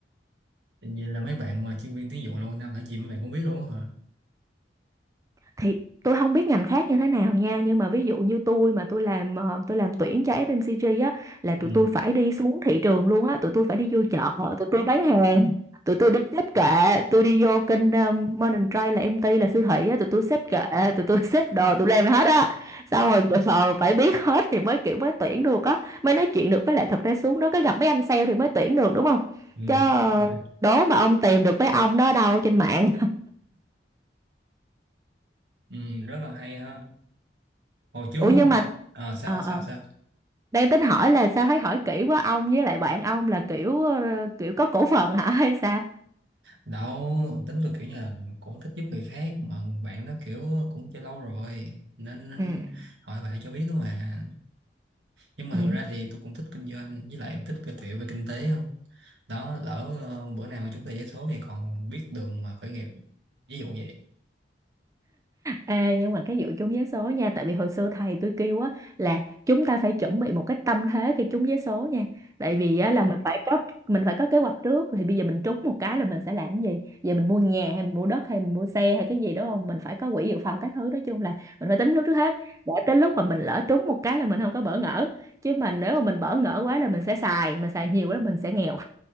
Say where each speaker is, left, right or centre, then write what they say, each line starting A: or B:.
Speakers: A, on the right; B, on the right.
A: Vậy là mấy bạn mà chuyên viên tuyển dụng lâu năm làm gì mấy bạn cũng biết luôn hả?
B: thì tôi không biết ngành khác như thế nào nha nhưng mà ví dụ như tôi mà tôi làm ờ, tôi làm tuyển cho FMCG á là tụi
A: Ừ.
B: tôi phải đi xuống thị trường luôn á tụi tôi phải đi vô chợ tụi tôi bán hàng tụi tôi đi xếp kệ tôi đi vô kênh um, Modern Trade là em MT là siêu thị á tụi tôi xếp kệ tụi tôi xếp đồ tụi làm hết á xong rồi tụi ờ, phải biết hết thì mới kiểu mới tuyển được á mới nói chuyện được với lại thật ra xuống đó cái gặp mấy anh sale thì mới tuyển được đúng không
A: Ừ.
B: chứ ờ,
A: Đúng rồi.
B: đố mà ông tìm được mấy ông đó đâu trên mạng
A: Ừ, rất là hay ha.
B: <laughs>
A: Hồi trước
B: ủa nhưng
A: á,
B: mà
A: à, sao
B: ờ
A: sao
B: ờ
A: sao?
B: đang tính hỏi là sao thấy hỏi kỹ quá ông với lại bạn ông là kiểu ờ, kiểu có cổ phần hả hay sao
A: đâu tính tôi kiểu như là cũng thích giúp người khác mà bạn nó kiểu cũng chơi lâu rồi nên, nên
B: ừ
A: hỏi bạn cho biết đó mà nhưng mà
B: ừ
A: thực ra thì tôi cũng thích kinh doanh với lại em thích cái tiểu về kinh tế không đó lỡ ờ, bữa nào mà chúng ta giấy số thì còn biết đường mà khởi nghiệp ví dụ vậy
B: Ê, nhưng mà cái vụ trúng vé số nha tại vì hồi xưa thầy tôi kêu á là chúng ta phải chuẩn bị một cái tâm thế khi trúng vé số nha tại vì á, là mình phải có mình phải có kế hoạch trước thì bây giờ mình trúng một cái là mình sẽ làm cái gì giờ mình mua nhà hay mình mua đất hay mình mua xe hay cái gì đúng không mình phải có quỹ dự phòng các thứ nói chung là mình phải tính trước trước hết để tới lúc mà mình lỡ trúng một cái là mình không có bỡ ngỡ chứ mà nếu mà mình bỡ ngỡ quá là mình sẽ xài mình xài nhiều quá là mình sẽ nghèo